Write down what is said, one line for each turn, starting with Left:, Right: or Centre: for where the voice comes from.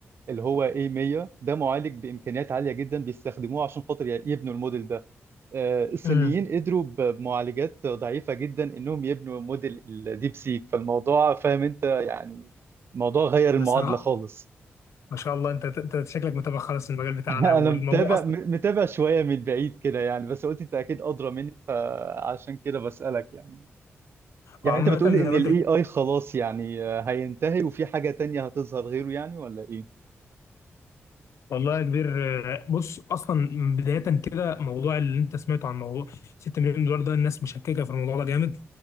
Right: اللي هو A100 ده معالج بامكانيات عاليه جدا بيستخدموه عشان خاطر يبنوا الموديل ده آه، الصينيين
Left: امم
Right: قدروا ب- بمعالجات ضعيفة جدا انهم يبنوا موديل الديب سيك فالموضوع فاهم انت يعني الموضوع غير
Left: بصراحه
Right: المعادلة خالص
Left: ما شاء الله انت انت شكلك متابع خالص المجال بتاعنا
Right: <laughs> انا
Left: والموضوع
Right: متابع
Left: اصلا
Right: م- متابع شوية من بعيد كده يعني بس قلت انت اكيد ادرى مني فعشان كده بسألك يعني يعني
Left: عامة
Right: انت بتقولي ان
Left: زي ما
Right: الاي
Left: انت بتقول
Right: اي خلاص يعني آه، هينتهي وفي حاجة تانية هتظهر غيره يعني ولا ايه
Left: والله يا كبير آه، بص اصلا بداية كده موضوع اللي انت سمعته عن موضوع 6 مليون دولار ده الناس مشككة في الموضوع ده جامد